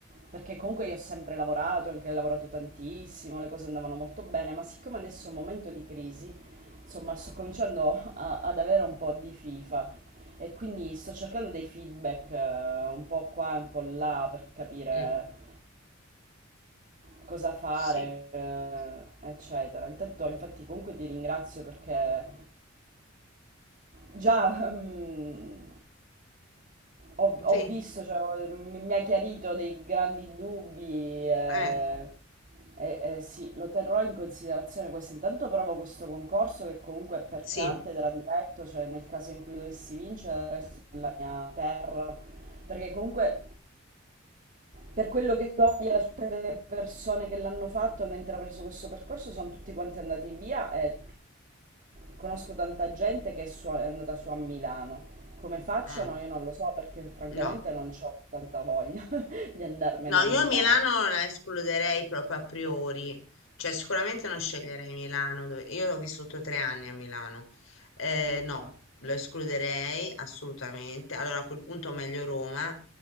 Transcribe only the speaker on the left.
mm,
sì.
Sì,
eh,
sì.
mm,
no.
No,
io
Milano la escluderei proprio a priori, cioè sicuramente non sceglierei Milano, dove- io ho vissuto tre anni a Milano, Eh,
no, lo escluderei assolutamente, allora a quel punto meglio Roma,